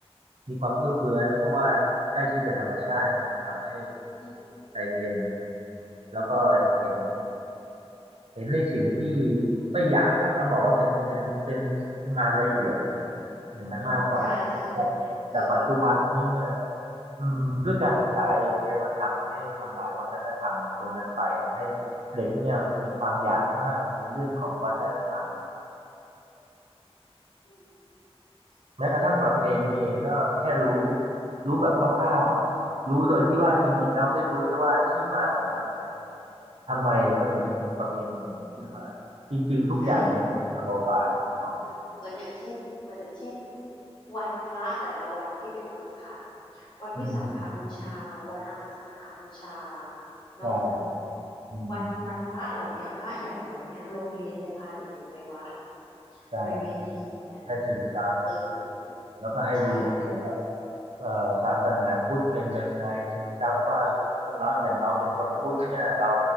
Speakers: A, on the right (about 70°); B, on the left (about 45°).
A: มีความเอื้อเฟื้อนะเพราะว่าใกล้ชิดกับธรรมชาติเนี่ยมันทำให้
B: อืม
A: ใจเย็นแล้วก็เห็นเห็นในสิ่งที่ไม่หยาบอะต้องบอกว่าเป็นเป็นเป็นงานละเอียดอะนะอย่างนั้นมากกว่าแต่
B: อืมใช่ใช่คือแบบ
A: แต่ปัจจุบันนี้เนี่ย อืมด้วยการศึกษาเองเนี่ยมันทำให้ทำลายวัฒนธรรมตรงนั้นไปทำให้เด็กเนี่ยมีความอยากมากในเรื่องของวัฒนธรรม
B: อืม
A: แม้กระทั่งประเพณีเองก็แค่รู้
B: มัน
A: รู้แบบคร่าวๆอ่ะรู้โดยที่ว่าจริงๆแล้วไม่รู้ด้วยว่าที่มาของมันเนี่ยทำไมเขาถึงมีประเพณีอย่างนี้ขึ้นมาจริงๆทุกอย่างมันมีกุศโลบายของ
B: ใช่ เหมือนเหมือนอย่างเช่นเหมือนอย่างเช่นวันพระแต่ละวันที่เป็นวันสำคัญวันวิสาขบูชาวันอารัสาฬหบูชา
A: อืม
B: เนาะ
A: ใช่อืม
B: วันวันพระเหล่าเนี้ยพระใหญ่เหล่าเนี้ยโรงเรียนจะพาเด็กๆไปวัด
A: ใช่
B: ไปเวียนเทียน
A: ให้ซึมซับ
B: เออ
A: แล้วก็ให้รู้เกี่ยวกับ
B: ใช่
A: เอ่อศาสนาพุทธเป็นยังไงซึมซับว่า
B: อืม
A: เราอย่างเราเป็นคนพุทธเนี่ยเรา